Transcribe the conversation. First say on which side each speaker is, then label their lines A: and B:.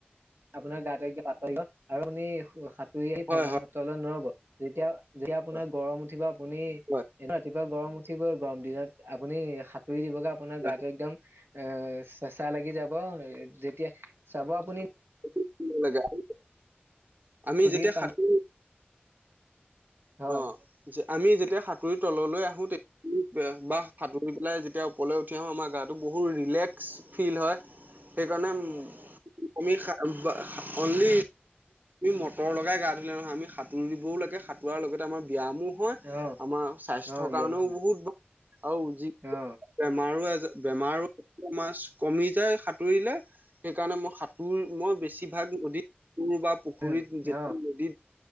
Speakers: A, on the right; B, on the right.
A: আপোনাৰ গা টো একে পাতল ন' আৰু আপুনি সো-সাঁত তুই আহি ফেনাহা
B: হয় হয়
A: তলত নৰ'ব। তেতিয়া। যেতিয়া আপোনাৰ
B: হয়
A: গৰম উঠিব, আপুনি
B: হয়
A: এবাটোত ত গৰম উঠিবই গৰম দিনত আপুনি সাঁতুৰি দিব। আপোনাৰ
B: ৰাখিব
A: গাটো একদম। এ' চেচা লাগি যাব, যেতিয়া চাব আপুনি
B: <unintelligible> আমি
A: নদীৰ
B: যেতিয়া
A: পানী
B: সাঁতোৰো
A: হয়
B: অ' জ আমি যেতিয়া তেতিয়া সাঁতুৰি তললৈ আহোঁ তে বা সাঁতুৰি পেলাই যেতিয়া ওপৰলৈ উঠি আহোঁ আমাৰ গাটো বহুত ৰিলেক্স ফিল হয় সেইকাৰণে উম আমি সা-বা অনলি মটৰ লগাই গা ধুলে নহয়, আমি সাঁতুৰি দিবও লাগে সাঁত পোৱাৰ লগতে আমাৰ ব্যায়ামো হয়,
A: অ
B: আমাৰ স্বাস্থ্যৰ
A: অ ব্যায়ামো
B: কাৰণেও
A: হয়
B: বহুত ভাল আৰু যি
A: অ
B: বেমাৰো-এজৰ। বেমাৰো জ আমাৰ কমি যায় সাঁতুৰিলে সেইকাৰণে মই সাঁতুৰি মই বেছিভাগ নদী পুল বা পুখুৰীত
A: উম
B: যতি
A: অ
B: নদীত